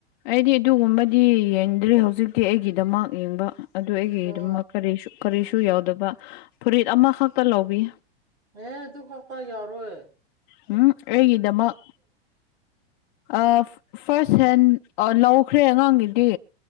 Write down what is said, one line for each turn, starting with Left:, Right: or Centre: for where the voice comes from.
Left: ꯑꯩꯗꯤ ꯑꯗꯨꯒꯨꯝꯕꯗꯤ ꯌꯦꯡꯗ꯭ꯔꯦ ꯍꯧꯖꯤꯛꯇꯤ ꯑꯩꯒꯤꯗꯃꯛ ꯌꯦꯡꯕ ꯑꯗꯨ ꯑꯩꯒꯤꯗꯨꯃꯛ
Right: ꯑꯣ
Left: ꯀꯔꯤ ꯀꯔꯤꯁꯨ ꯌꯥꯎꯗꯕ ꯐꯨꯔꯤꯠ ꯑꯃꯈꯛꯇ ꯂꯧꯎꯕꯤ
Right: ꯑꯦ ꯑꯗꯨ <unintelligible> ꯌꯥꯎꯔꯣꯏ
Left: ꯍꯝ ꯑꯩꯒꯤꯗꯃꯛ ꯑꯥ ꯐꯥꯔꯁ ꯍꯦꯟ ꯂꯧꯈ꯭ꯔꯦ ꯑꯉꯥꯡꯒꯤꯗꯤ